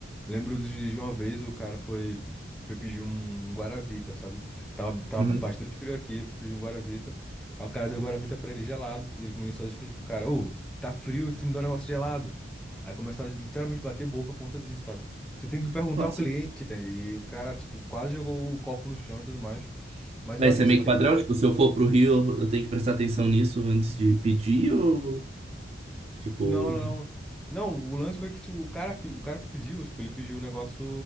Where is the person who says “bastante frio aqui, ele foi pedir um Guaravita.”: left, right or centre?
Centre